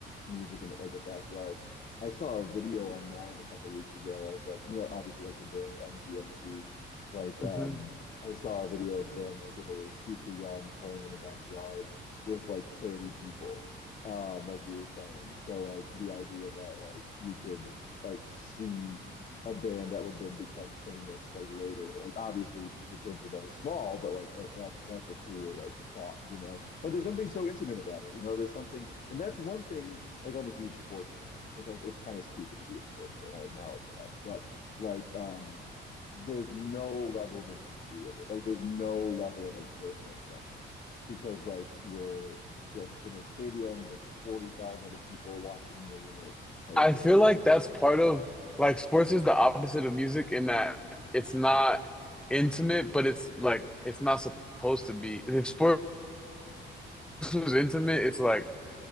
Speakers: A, on the left; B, in the centre.
A: music in like a backyard. I saw a video online a couple weeks ago of like, you know, obviously like the band MGMT. Like um
B: Mm-hmm.
A: I saw a video of them like when they were super young playing in a backyard with like 30 people. Um, like you were saying. So like the idea that like you could like see a band that would then become famous like later. Like obviously the chance of that is small, but like uh, that's that's a cool like thought, you know. But there's something so intimate about it, you know. There's something, and that's one thing. Like I'm a huge sports fan, which I, it's kind of stupid to be a sports fan. I acknowledge that, but like um, there's no level of intimacy with it. Like there's no level of like personal connection because like you're just in a stadium with 40,000 other people watching millionaires play
B: I
A: a game.
B: feel like that's part of like sports is the opposite of music in that it's not intimate, but it's like it's not supposed to be. If sports was intimate, it's like